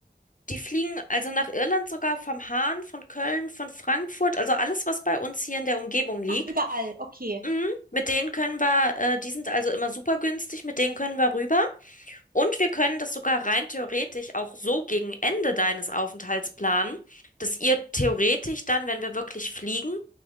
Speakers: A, on the left (about 45°); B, on the right (about 55°).
A: die fliegen also nach Irland sogar vom Hahn, von Köln, von Frankfurt, also alles, was bei uns hier in der Umgebung liegt.
B: Ach, überall. Okay.
A: Mhm. Mit denen können wir, äh, die sind also immer super günstig, mit denen können wir rüber. Und wir können das sogar rein theoretisch auch so gegen Ende deines Aufenthalts planen, dass ihr theoretisch dann, wenn wir wirklich fliegen,